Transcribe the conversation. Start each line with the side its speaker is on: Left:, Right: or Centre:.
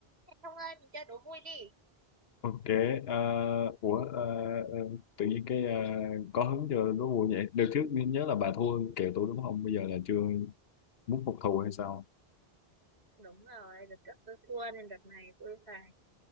Right: không Thông ơi, mình chơi đố vui đi.
Left: Ok, à, ủa à, à, tự nhiên cái à, có hứng cho đố vui vậy. Đợt trước mình nhớ là bà thua kèo tôi đúng không? Bây giờ là chưa muốn phục thù hay sao?
Right: đúng rồi đợt trước tôi thua nên đợt này tôi phải